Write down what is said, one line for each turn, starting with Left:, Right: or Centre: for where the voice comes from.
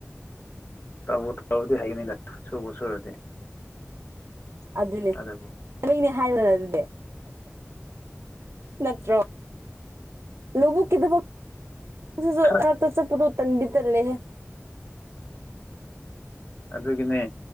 Left: ꯇ ꯇꯧꯔꯗꯤ ꯍꯥꯏꯒꯅꯤꯗ ꯁꯨꯕ ꯁꯨꯔꯗꯤ
Right: ꯑꯗꯨꯅꯦ
Left: ꯑꯗꯨꯕꯨ
Right: ꯀꯩꯅꯦ ꯍꯥꯏꯔꯣꯅ ꯑꯗꯨꯗꯤ ꯅꯠꯇ꯭ꯔꯣ ꯂꯨꯕꯨꯨ ꯀꯗꯕ ꯁꯨ
Left: ꯈꯔ
Right: ꯔꯛꯇ ꯆꯠꯄꯗ ꯎ ꯇꯟꯗꯤ ꯇꯜꯂꯦ ꯍꯦ
Left: ꯑꯗꯨꯒꯤꯅꯦ